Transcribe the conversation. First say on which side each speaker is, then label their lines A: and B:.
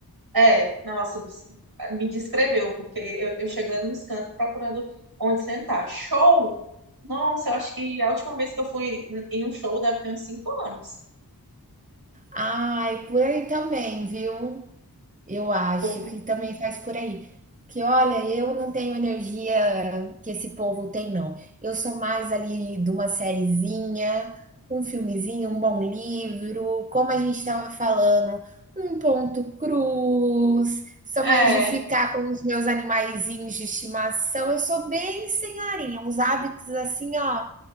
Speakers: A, on the right; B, on the right.
A: É, nossa, você me descreveu, porque eu, eu chegando nos cantos procurando onde sentar. Show! Nossa, eu acho que a última vez que eu fui em um show deve ter uns cinco anos.
B: Ai, por aí também, viu? Eu acho
A: Porque-
B: que também faz por aí. Que olha, eu não tenho energia que esse povo tem, não. Eu sou mais ali de uma sériezinha, um filmezinho, um bom livro, como a gente estava falando, um ponto cruz. Sou
A: É,
B: mais de ficar com os meus animaizinhos de estimação. Eu sou bem senhorinha, uns hábitos assim, ó,